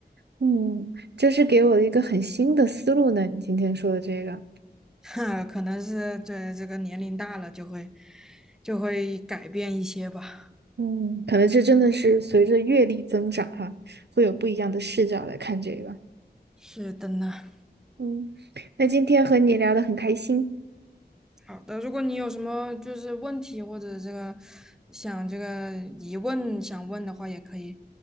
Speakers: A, on the right; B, in the centre.
A: 嗯，这是给我的一个很新的思路呢，你今天说的这个。
B: 哈，可能是对这个年龄大了就会就会改变一些吧。
A: 嗯，可能这真的是随着阅历增长哈，会有不一样的视角来看这个。
B: 是的呢。
A: 嗯，那今天和你聊得很开心。
B: 好的，如果你有什么就是问题或者这个想这个疑问想问的话，也可以